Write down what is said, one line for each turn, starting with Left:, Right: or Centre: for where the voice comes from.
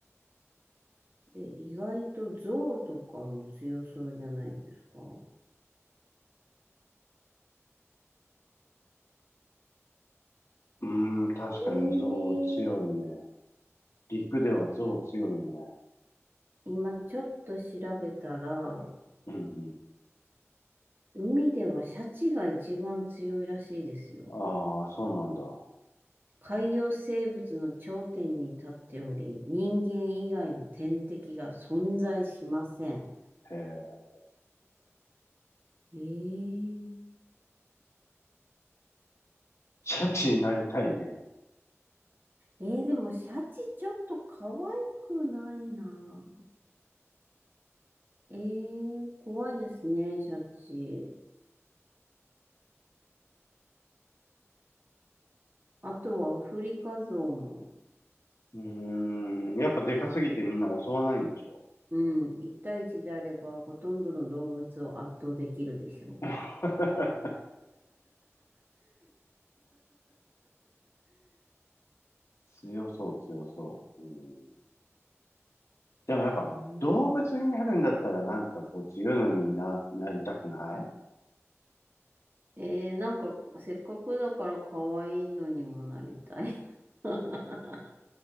Right: う。え、意外と象とかも強そうじゃないですか。
Left: うーん、確かに象強いね。
Right: ええ
Left: 陸では象強いね。
Right: 今ちょっと調べたら、
Left: うん、うん。
Right: 海ではシャチが一番強いらしいですよ。
Left: ああ、そうなんだ。
Right: 海洋生物の頂点に立っており、人間以外の天敵が存在しません。
Left: へえ。
Right: ええ
Left: シャチになりたいね。
Right: えー、でもシャチちょっと可愛くないな。えー、怖いですね、シャチ。あとはアフリカゾウも。
Left: うーん。やっぱでかすぎてみんな襲わないんでしょ
Right: うん、一対一であればほとんどの動物を圧倒できるでしょ
Left: <laughs> 強そう、強そう。うん。でもやっぱ動物になるんだったらなんかこう強いのにな、
Right: えー、<laughs> う。
Left: なりたくない
Right: えー、なんかせっかくだから可愛いのにもなりたいな。